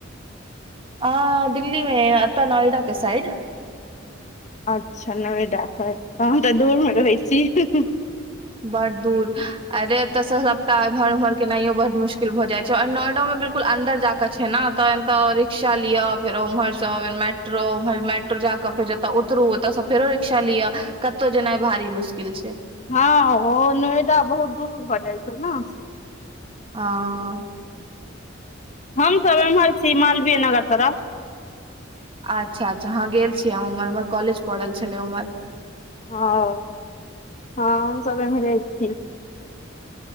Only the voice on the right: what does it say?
अ दिल्ली मे अतऽ नोएडा के साइड।
बड्ड दूर अरे एत्तऽ स सबटा एमहर उमहर केनाइयो बड्ड मुशकिल भऽ जाइ छै और नोएडो मे बिल कुल अन्दर जा कऽ छै नऽ तहैन तऽ रिक्शा लियऽ फेर ओमहर सँ आउ फेर मेट्रो उमहर मेट्रो जा क जतऽ उतरू ओतऽ सँ फेरो रिक्शा लियऽ कत्तौ जेनाइ भारी मुश्किल छै।
हॅं।
आच्छा अच्छा हॅं गेल छियै उमर हमर कॉलेज पड़ल छलै उमहर।